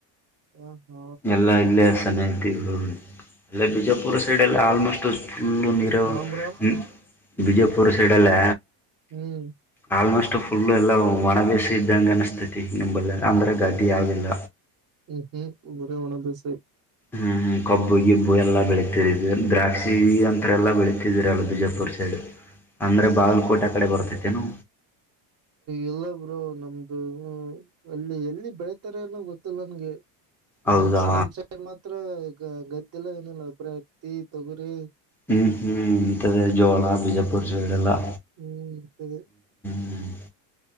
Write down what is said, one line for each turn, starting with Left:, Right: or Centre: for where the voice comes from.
Right: ಹ ಹಾ.
Centre: ಎಲ್ಲ ಇಲ್ಲೇ ಸನಹಿತಿಗಳು ಅಲ್ಲ ಬಿಜಾಪುರ ಸೈಡ್ ಎಲ್ಲ ಆಲ್ಮೋಸ್ಟ್. ಫುಲ್ಲು ನೀರು
Right: ಹಾ
Centre: ಅವ
Right: ಬ್ರೋ
Centre: ಹ್ಮ ಬಿಜಯಪುರ ಸೈಡಲ್ಲ.
Right: ಹ್ಮ್.
Centre: ಆಲ್ಮೋಸ್ಟ್ ಫುಲ್ಲು ಎಲ್ಲ ಒಣ ಬೇಸ ಇದ್ದಂಗೆ ಅನಿಸ್ತೈತಿ ನಿಂಬಲ್ಲ ಅಂದ್ರೆ ಗಡ್ಡಿ ಯಾವಿಲ್ಲ.
Right: ಹ್ಮ್ ಹ್ಮ್ ಊರೇ ಒಣ ದಸೈ.
Centre: ಹ್ಮ ಹ. ಕಬ್ಬು ಗಿಬ್ಬು ಎಲ್ಲ ಬೆಳೀತಿದ ದ್ರಾಕ್ಷಿ ಅಂತ್ರ ಎಲ್ಲ ಬೆಳೀತಿದರಲ್ಲ ಬಿಜಾಪುರ ಸೈಡು. ಅಂದ್ರೆ ಬಾಗಲ್ಕೋಟೆ ಕಡೆ ಬರ್ತತೆೇನು.
Right: ಇಲ್ಲ ಬ್ರೋ ನಮ್ದು ಅಲ್ಲಿ ಎಲ್ಲಿ ಬೆಳತಾರೆ ಅನ್ನೋ ಗೊತ್ತಿಲ್ಲ ನನ್ಗೆ. ನಮ್
Centre: ಹೌದಾ
Right: ನಮ್ ಸೈಡ್ ಮಾತ್ರ ಈಗ ಗದ್ದೆಲ್ಲ ಏನಿಲ್ಲ ಒಬ್ರ ಹತ್ತಿ ತೊಗುರಿ.
Centre: ಹ್ಮ್ ಹ್ಮ್ ಇಂತದ ಜೋಳ ಬಿಜಾಪುರ್ ಸೈಡೆಲ್ಲಾ.
Right: ಹ್ಮ್ ಅದೆ.
Centre: ಹ್ಮ್.